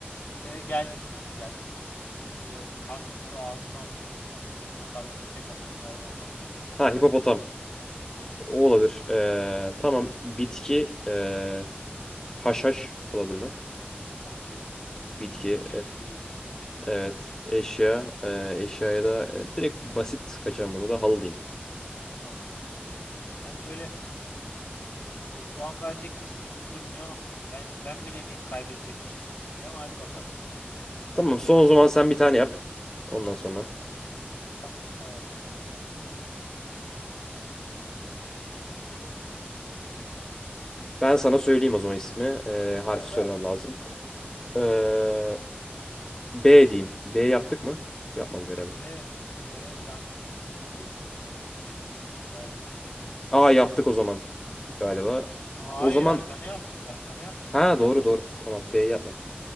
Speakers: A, on the left; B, on the left.
A: Ee, geldi bir tane, geldi bir tane. Böyle karpuzu ağzına atıyor. Koskocaman karpuza tek atan bir hayvan var.
B: Ha hipopotam.
A: Yes, of
B: O
A: course.
B: olabilir.
A: Aynen,
B: Ee,
A: aynen, aynen.
B: tamam. Bitki. ee, haşhaş olabilir mi?
A: Okey, okey.
B: Bitki.
A: Tehlikelidir, iyidir. Okey.
B: Evet. Eşya. e, eşyaya da e, direkt basit kaçacağım bunu da halı diyeyim.
A: Okey, okey. Yani böyle, böyle puan verecekmişsin gibi durmuyor ama ben ben bilemeyip kaybedecekmişim gibi duruyor ama hadi bakalım. Hadi
B: Tamam
A: bakalım.
B: son o zaman sen bir tane yap. Ondan sonra.
A: Hı, tamam ayarlayalım tamam. Ee,
B: Ben sana söyleyeyim o zaman ismi. E,
A: ver,
B: harfi söylemem
A: ver bana
B: lazım.
A: bir tane. Evet
B: E,
A: ver bana bir tane.
B: B diyeyim. B yaptık mı? Yapmadık herhalde.
A: B, B ben ik- ikinci ismimden çıkayım. ya, Berk diyeyim biraz.
B: A yaptık o zaman galiba.
A: Aa,
B: O
A: Hayır
B: zaman
A: arkana yaptık. Arkana yaptık.
B: ha
A: B'yi yapmadık.
B: doğru doğru. Tamam B yapmadık.